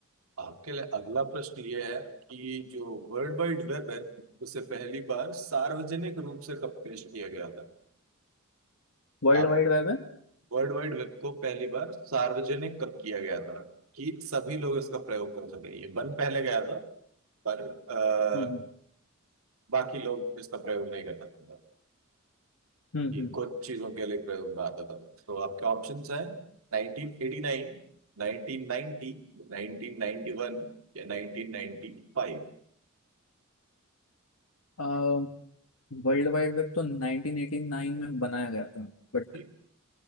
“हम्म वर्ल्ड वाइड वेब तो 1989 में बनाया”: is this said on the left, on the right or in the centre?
Left